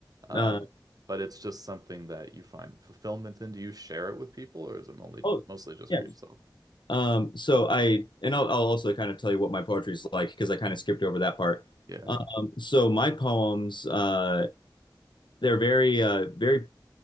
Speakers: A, on the right; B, on the left.
A: Um,
B: uh,
A: but it's just something that you find fulfillment in. Do you share it with people or is it only
B: oh,
A: mostly just
B: yes.
A: for yourself?
B: Um, so I and I'll, I'll also kind of tell you what my poetry is like because I kind of skipped over that part.
A: Yeah.
B: Um, so my poems, uh, they're very, uh, very